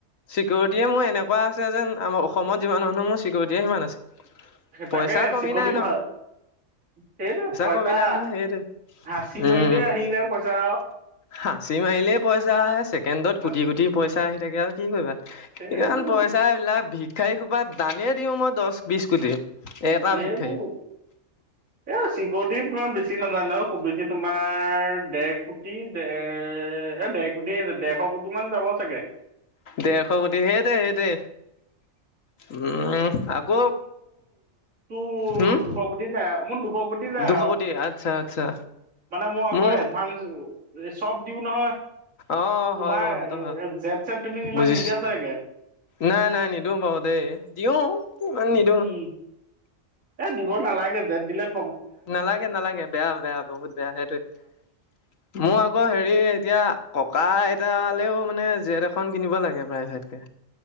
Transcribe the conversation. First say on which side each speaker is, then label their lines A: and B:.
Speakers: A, on the left; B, on the right.
A: চিকিউৰিটিয়ে মোৰ এনেকুৱা আছে যেন আমাৰ অসমত যিমান মানুহ মোৰ চিকিউৰিটিয়ে সিমান আছে। পইচা
B: তাকে
A: কমি
B: চিকণ
A: নাই ন
B: ভাল। সেইটো পইচা
A: কমি নাই নহয় সেইটোৱে
B: হাঁচি
A: উম
B: মাৰিলে আহি যায় পইচা।
A: সাঁচি মাৰিলেই পইচা আহে ছেকেণ্ডত
B: আৰু
A: কুটি কুটি পইচা আহি থাকে আৰু কি কৰিবা
B: সেইবোৰ
A: ইমান পইচা। পছা এইবিলাক ভিক্ষাৰী খোপাত দানিয়ে দিও মই দহ বিশ কোটি। এটা
B: এইবোৰ
A: ভিক্ষাৰীক
B: এই চিকিৰিটি তোাৰ বেছি নাজায় নয় খুব বেছি তোমাৰ। দেৰ কোটি দে এ ডেৰ কোটি ডেৰশ কোটি মান যাব। চাগে
A: দেৰশ কোটি সেই দে সেই দে। উম আকৌ।
B: তটো
A: হম
B: দুশ কোটি যায়। মোৰ দুশ কোটি যায়
A: দুশ
B: আৰু
A: কোটি আচ্ছা আচ্ছা
B: মানে মই আকৌ
A: মোৰ
B: এডভাঞ্চ। চব দিও নহয়
A: অ
B: তোমাৰ
A: হয় বাৰু সেইটো
B: এ
A: হয়
B: জেট চেট। তুমি ইমান
A: বুজিছো
B: নিদিয়া চাগে
A: নাই নাই নিদিওঁ বাও দেই দিওঁ ইমান নিদো
B: উম এ দিব নালাগে ভেণ্টিলেট
A: নালাগে নালাগে বেয়া বেয়া বহুত বেয়া সেইটোৱে মোৰ আ আকৌ হেৰি এতিয়া ককা আইতালেও মানে জেট এখন কিনিব লাগে প্ৰায় ভটকে।